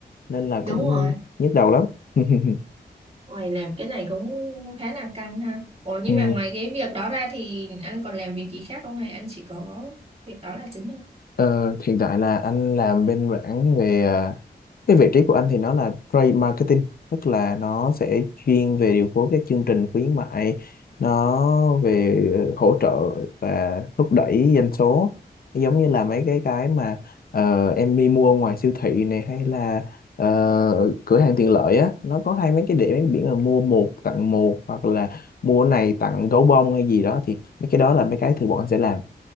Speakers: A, on the left; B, on the right.
A: nên là
B: đúng
A: cũng
B: rồi
A: nhức đầu lắm <laughs>
B: Ôi, làm cái này cũng khá là căng ha. Ủa, nhưng
A: Ừ.
B: mà ngoài cái việc đó ra thì anh còn làm việc gì khác không hay anh chỉ có việc đó là chính thôi?
A: Ờ, hiện tại là anh làm bên mảng về ờ, cái vị trí của anh thì nó là trade marketing tức là nó sẽ chuyên về điều phối các chương trình khuyến mại nó về ờ, hỗ trợ và thúc đẩy doanh số giống như là mấy cái cái mà ờ, em đi mua ngoài siêu thị này hay là ờ, cửa hàng tiện lợi á nó có hai mấy cái điểm mấy biển là mua một tặng một hoặc là mua này tặng gấu bông hay gì đó thì mấy cái đó là mấy cái thường bọn anh sẽ làm